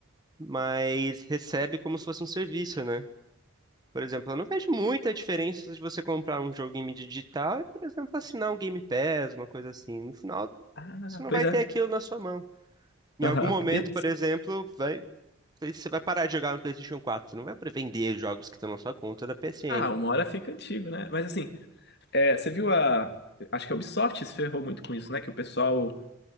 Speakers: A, on the right; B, on the left.
A: mas recebe como se fosse um serviço, né? Por exemplo, eu não vejo muita diferença de você comprar um jogo em mídia digital e, por exemplo, assinar um Game Pass, uma coisa assim. No final,
B: Ah,
A: você não
B: pois
A: vai
B: é.
A: ter aquilo na sua mão. Em
B: Aham.
A: algum momento,
B: E-
A: por exemplo, vai, você vai parar de jogar no PlayStation 4. Não vai para vender jogos que estão na sua conta da PSN.
B: Ah, uma hora fica antigo, né? Mas assim, É, você viu a. Acho que a Ubisoft se ferrou muito com isso, né? Que o pessoal